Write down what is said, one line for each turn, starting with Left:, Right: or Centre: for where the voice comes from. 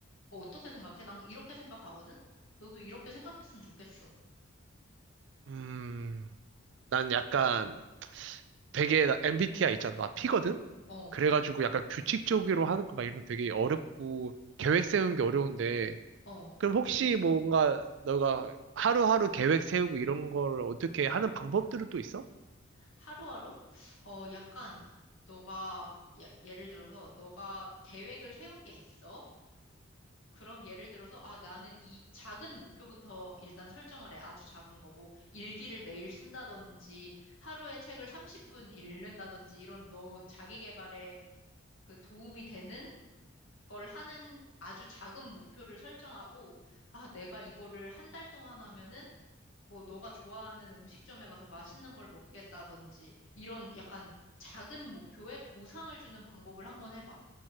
Left: 어, 어떻게 생각해? 난 이렇게 생각하거든? 너도 이렇게 생각했으면 좋겠어.
Right: 음, 난 약간 되게 나 MBTI 있잖아. 나 P거든?
Left: 어,
Right: 그래가지고 약간 규칙적으로 하는 거 막 이런 거 되게 어렵고 계획 세우는 게 어려운데
Left: 어.
Right: 그럼 혹시 뭔가 너가 하루하루 계획 세우고 이런 거를 어떻게 하는 방법들은 또 있어?
Left: 하루하루? 어, 약간 너가, 예, 예를 들어서 너가 계획을 세운 게 있어. 그럼 예를 들어서, 아, 나는 이 작은 목표부터 일단 설정을 해. 아주 작은 거. 뭐, 일기를 매일 쓴다든지, 하루에 책을 30분 읽는다든지, 이런 너 자기 개발에 그 도움이 되는 걸 하는 아주 작은 목표를 설정하고, 아, 내가 이거를 한 달 동안 하면은, 뭐, 너가 좋아하는 음식점에 가서 맛있는 걸 먹겠다든지, 이런 약간 작은 목표에 보상을 주는 방법을 한번 해봐.